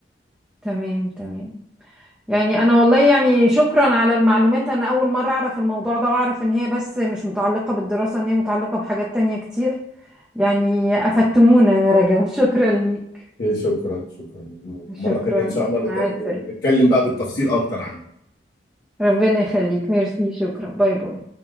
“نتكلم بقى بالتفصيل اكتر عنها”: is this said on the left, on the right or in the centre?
Left